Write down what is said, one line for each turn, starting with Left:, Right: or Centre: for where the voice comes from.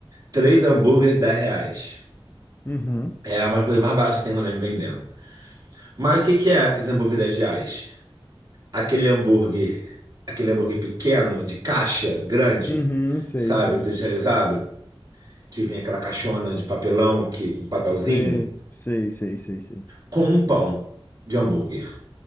Right: três hambúrguer 10 reais.
Left: Uhum,
Right: É uma coisa mais barata que tem no Leme vendendo. Mas o que que é aquele hambúrguer 10 reais? Aquele hambúrguer, aquele hambúrguer pequeno, de caixa, grande,
Left: uhum, sei,
Right: sabe,
Left: sei,
Right: industrializado, que vem aquela caixona de papelão que, com papelzinho,
Left: sei, sei, sei, sei, sei.
Right: com um pão de hambúrguer.